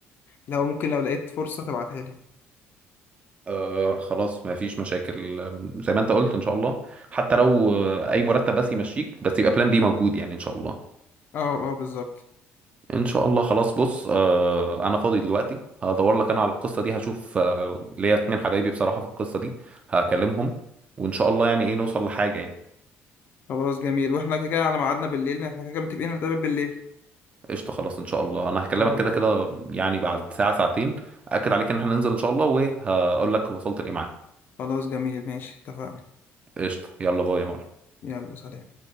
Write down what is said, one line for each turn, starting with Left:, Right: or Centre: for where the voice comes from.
Left: لو ممكن لو لقيت فرصة تبعتها لي
Right: آه خلاص ما فيش مشاكل آم، زي ما انت قلت ان شاء الله حتى لو آه، اي مرتب بس يمشيك بس يبقى بلان بي موجود يعني ان شاء الله
Left: اه اه بالظبط
Right: ان شاء الله خلاص بص آه انا فاضي دلوقتي هدور لك انا على القصه دي هشوف آه ليا اتنين حبايبي بصراحه في القصه دي هكلمهم وان شاء الله يعني ايه نوصل لحاجه يعني
Left: خلاص جميل واحنا كده كده على ميعادنا بالليل احنا كده كده متفقين نتقابل بالليل
Right: قشطة خلاص إن شاء الله أنا هكلمك
Left: خلاص
Right: كده كده يعني بعد ساعة ساعتين أكد عليك إن إحنا ننزل إن شاء الله وهقول لك وصلت لإيه معاك
Left: خلاص جميل ماشي اتفقنا
Right: قشطة يلا باي يا معلم
Left: يلا سلام